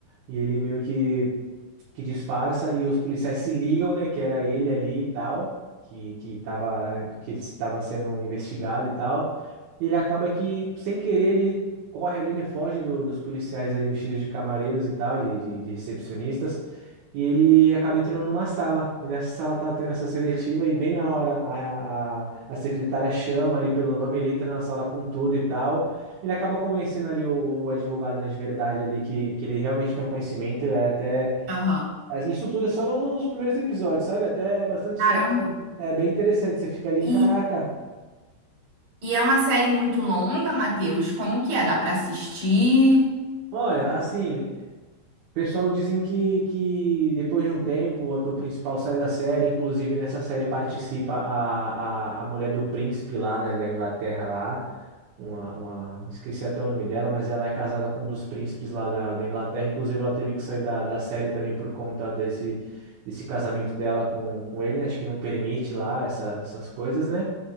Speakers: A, on the right; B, on the right.
A: e ele meio que que disfarça e os policiais se ligam, né, que era ele ali e tal, que que tava que ele estava sendo investigado e tal. Ele acaba que sem querer ele corre ali, né, foge do- dos policiais ali vestidos de camareiros e tal, de, de, de recepcionistas, e ele acaba entrando numa sala. E nessa sala tá tendo essa seletiva e bem na hora a, a, a secretária chama ali pelo nome, ele entra na sala com tudo e tal. Ele acaba convencendo ali o, o advogado, né, de verdade ali que, que ele realmente tem o conhecimento, é até
B: Aham.
A: isso tudo é só no- nos primeiros episódios, sabe? Até bastante história.
B: Caramba.
A: Sabe? É bem interessante. Você fica ali,
B: E,
A: caraca.
B: e é uma série muito longa, Matheus. Como que é? Dá pra assistir?
A: Olha, assim, o pessoal dizem que, que depois de um tempo o ator principal sai da série. Inclusive, nessa série participa a, a, a mulher do príncipe lá da, da Inglaterra lá. Uma, uma, esqueci até o nome dela, mas ela é casada com um dos príncipes lá da, da Inglaterra. Inclusive, ela teve que sair da, da série também por conta desse, desse casamento dela com, com ele, né? Acho que não permite lá essa- essas coisas, né?